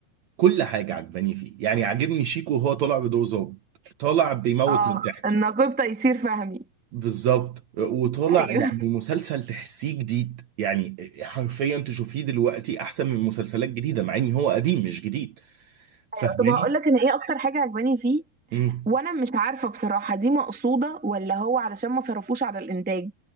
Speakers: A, on the right (about 65°); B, in the centre.
A: كل حاجة عجباني فيه يعني عاجبني شيكو وهو طالع بدور ظابط طالع بيموت
B: اه
A: من الضحك
B: النقيب تيسير فهمي
A: بالظبط وطالع
B: أيوه
A: يعني
B: <laughs>
A: مسلسل تحسيه جديد يعني حرفيا تشوفيه دلوقتي احسن من مسلسلات جديدة مع ان هو قديم مش جديد فاهماني
B: أيوه طب هقول لك أنا إيه أكتر حاجة عجباني فيه
A: امم
B: وانا مش عارفه بصراحه دي مقصوده ولا هو علشان ما صرفوش على الانتاج